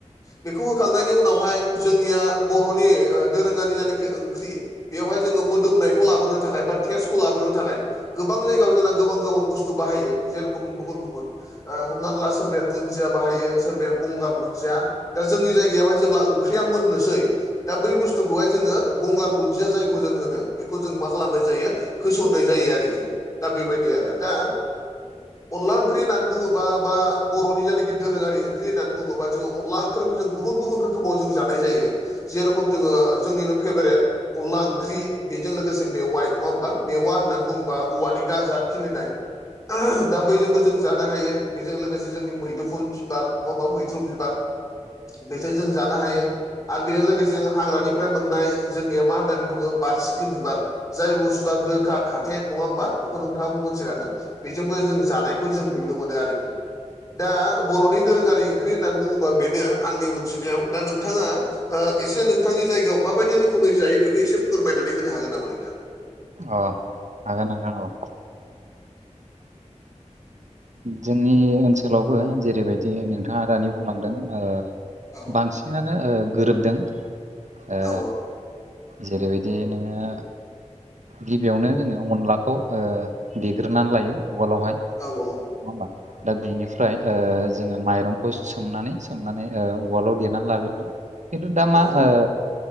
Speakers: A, on the left; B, on the right.
A: बेखौ होखांनायनि उनावहाय जोंनिया बर'नि दोरोङारि जायनाखि ओंख्रि बेवहाय जोङो मोदोमनायखौ लाबोनो थाखाय बा टेस्टखौ लाबोनो थाखाय गोबां जायगायाव जोंना गोबां गोबां बुस्थु बाहायो जेरेखम गुबुन गुबुन ओ हमनानै ला सोरबाया दुनन्दिया बाहायो सोर बाया गंगार नुजया दा जोंनि जायगायावहाय जेब्ला ओंख्रिया मोननोसै दा बै बुस्थुखौहाय जोङो गंगार दुन्दिया जायखौ जों होनो बेखौ जों मा खालामनाय जायो होसननाय जायो आरोखि दा बेबायदि आरो दा अनला ओंख्रि होननानै बुङोबा बा बर'नि जायनाखि दोरोङारि ओंख्रि होननानै बुङोबा जोङो अनला ओंख्रिखौ जों गुबुन गुबुन रोखोमाव जों जानाय जायो। जेरखम जोङो जोंनिनो फेभारेट अनला ओंख्रि बेजों लोगोसे मेवाइ नङा होमबा मेवा होनना बुंबा औवानि गाजा खिलिनाय दा बैजोंबो जों जानो हायो बेजों लोगोसे जोंनि मैदुफुल बिबार <unintelligible> मैथ्रु बिबार बेजों जों जानो हायो। आरो बेजों लोगोसे जों हाग्रानिफ्राय मोननाय जोंनिया मा होननानै बुङो बारसिंख्रि बिबार जाय बुस्थुआ गोखा खाथे नङा होमबा? बेखौ नोंथाङा मोनथिखागोन बेजोंबो जों जानायखौ जों नुनो मोनो आरो दा बर'नि दोरोङारि ओंख्रि होननानै बुङोबा बेनो आंनि मोनथिनायाव दा नोंथाङा ओ एसे नोंथांनि जायगायाव माबायदि रोखोमै जायो बेखौ एसे फोरमायनानै होनो हागोन नामा नोंथां?
B: अ हागोन नोंथां औ जोंनि ओनसोलावबो जेरैबायदि नोंथाङा दानि बुंलांदों ओ
A: औ
B: बांसिन सिनानो ओ गोरोबदों ओ
A: औ
B: जेरैबायदि नोङो गिबियावनो जोङो अनलाखौ ओ देग्रोनानै लायो उवालावहाय।
A: औ औ
B: नङा होनबा? दा बेनिफ्राय ओ जोङो माइरंखौ सोमनानै सोमनानै ओ उवालाव देरनानै लाग्रोगोन। खिन्थु दा
A: नंगौ
B: मा
A: नंगौ
B: ओ